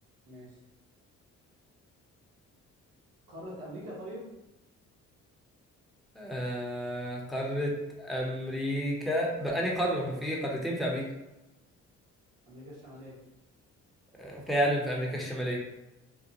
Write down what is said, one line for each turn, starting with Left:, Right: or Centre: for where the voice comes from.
Right: ماشي قارة امريكا طيب
Centre: آه قارة امريكا بأني قارة ما في قارتين في امريكا
Right: امريكا الشمالية
Centre: آه، فعلا في امريكا الشمالية